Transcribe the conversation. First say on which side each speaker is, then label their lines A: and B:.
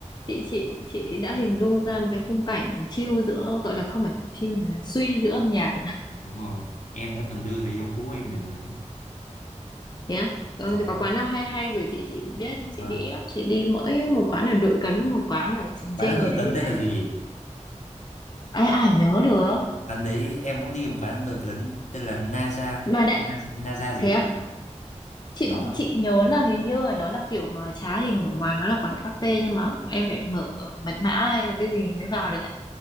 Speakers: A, on the left; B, on the left.
A: chị chị chị đã hình dung ra một cái khung cảnh chill giữa gọi là không phải chill mà là suy giữa âm nhạc
B: đúng rồi em đã từng đưa người yêu cũ em đến đấy
A: nhé á Ờ,
B: đó
A: thì có quán nào hay hay gửi chị chị biết chị
B: vâng
A: đi ít lắm chị đi mỗi một quán ở Đội Cấn với một quán ở Trường
B: quán
A: Chinh
B: ăn đội
A: gì đấy
B: tấn
A: thì
B: đây
A: chả
B: là
A: nhớ
B: gì
A: ai ai nhớ được
B: quán đấy em cũng đi một quán ăn đội tấn tên là Naza
A: mà đại
B: Naza Naza gì
A: thế
B: đấy
A: à chị
B: đó
A: chị nhớ là hình như là nó là kiểu mà trá hình ở ngoài nó là quán cà phê nhưng mà em phải mở mật mã hay là cái gì mới vào được ấy